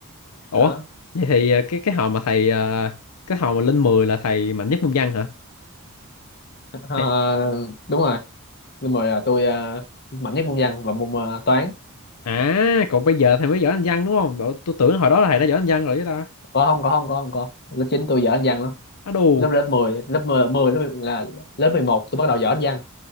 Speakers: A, on the left; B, on the left.
A: Ủa,
B: đó
A: vậy thì ờ, cái cái hồi mà thầy ờ, cái hồi mà lên 10 là thầy mạnh nhất môn văn hả?
B: Ờ,
A: Thầy
B: đúng rồi nên mời là tôi ờ, mạnh nhất môn văn và môn ờ, toán
A: à, còn bây giờ thầy mới giỏi anh văn đúng không? Bảo, tôi tưởng hồi đó là thầy đã giỏi anh văn rồi chứ ta.
B: có không có không có không có lớp 9 tôi giỏi anh văn lắm
A: Á đù,
B: lớp lớp mười lớp 10 10 lớp là lớp 11 tôi bắt đầu giỏi anh văn